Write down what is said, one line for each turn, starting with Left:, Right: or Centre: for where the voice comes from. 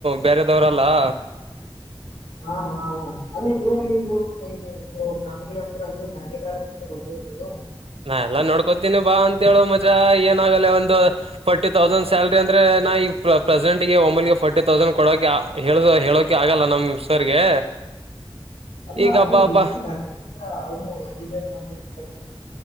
Right: ಬೇರೆದವರ ಅಲ್ಲಾ
Left: ಹಾ ಹಾ ಅಲ್ಲಿ ನೀವು ಫ್ಯಾಮಿಲಿ ಅಂದಬೇಕ ಬೇರೆ ಯಾರು ಗೊತ್ತಿದೆ
Right: ನಾ ಎಲ್ಲ ನೋಡ್ಕೋತೀನಿ ಬಾ ಅಂತೇಳು ಮಚ್ಚ ಏನಾಗಲ್ಲ ಒಂದು ಫೋರ್ಟಿ ತೌಸಂಡ್ ಸ್ಯಾಲ್ರಿ ಅಂದ್ರೆ ನಾ ಈಗ ಪ್ರೆಸೆಂಟ್ಗೆ ಒಮ್ಮಲ್ಗೆ ಫೋರ್ಟಿ ತೌಸಂಡ್ ಕೊಡೋಕ ಹೇಳ ಹೇಳೋಕ ಆಗಲ್ಲ ನಮ್ಮ ಸರ್ಗೆ
Left: ಅಲ್ಲ
Right: ಈಗ ಹಬ್ಬ ಹಬ್ಬ
Left: ಬಿ ಎಸ್ಸಿ ನರ್ಸಿಂಗ್ ಅವ M <unintelligible>